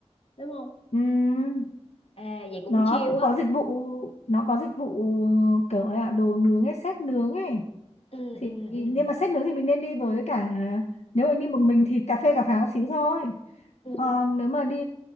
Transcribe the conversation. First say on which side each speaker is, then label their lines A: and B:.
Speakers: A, on the left (about 60°); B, on the left (about 75°).
A: đúng không?
B: ừ,
A: À vậy cũng
B: nó
A: chill
B: cũng
A: á.
B: có dịch vụ nó có dịch vụ kiểu là đồ nướng ấy set nướng ấy
A: Ừ
B: thì
A: ừ
B: thì-
A: ừ.
B: nhưng mà sách nướng thì mình nên đi với cả nếu mình đi một mình thì cà phê cà pháo xíu thôi
A: Ừ.
B: còn nếu mà đi